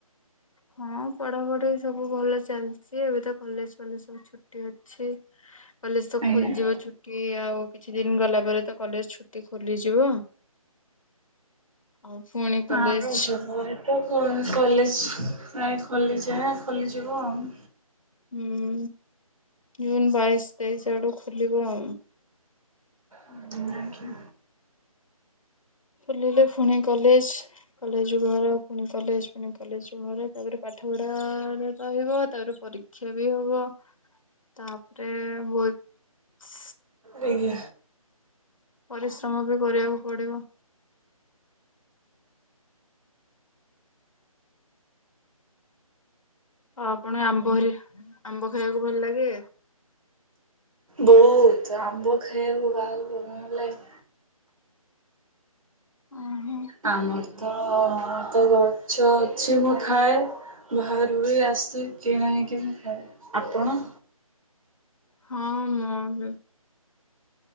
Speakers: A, on the left; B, on the right.
A: ହଁ ପଢାପଢି ସବୁ ଭଲ ଚାଲିଛି ଏବେ ତ କଲେଜ କଲେଜ ସବୁ ଛୁଟି ଅଛି କଲେଜ ତ
B: ଆଜ୍ଞା
A: ଖୋଲିଯିବ ଛୁଟି ଆଉ କିଛି ଦିନ ଗଲା ପରେ ତ କଲେଜ ଛୁଟି ଖୋଲିଯିବ ଆଉ। ପୁଣି କଲେଜ
B: ହଁ ରଜରେ ତ କଣ କଲେଜ। ପ୍ରାୟ ଖୋଲିଛଁ ଖୋଲିଯିବୁ ଆଉ।
A: ହୁଁ ଜୁନ୍ ବାଇଶ ତେଇଶ ଆଡୁ ଖୋଲିବ ଆ
B: ଆଜ୍ଞା।
A: ବୁଲିଲେ ପୁଣି କଲେଜ କଲେଜ ଘର ପୁଣି କଲେଜ ପୁଣି କଲେଜ ଘର ତାପରେ ପାଠ ପଢ଼ା ରହିବ ତାପରେ ପରୀକ୍ଷା ବି ହବ ତାପରେ ବହୁତ
B: ରଏ
A: ପରିଶ୍ରମ ବି କରିବାକୁ ପଡିବ ହଁ ଆପଣଙ୍କୁ ଆମ୍ବ ହେରିକା ଆମ୍ବ ଖାଇବାକୁ ଭଲ ଲାଗେ?
B: ବହୁତ ଆମ୍ବ ଖାଇବାକୁ କାହାକୁ ଭଲ ନଲାଗେ
A: ଓଁ ହ।
B: ଆମର ତ ତ ଗଛ ଅଛି ମୋ ଖାଏ ଭାହାରୁ ବି ଆସ କିଣା ହେଇକି ମୁ ଖ ଆପଣ?
A: ହଁ, ମୁଁ ବି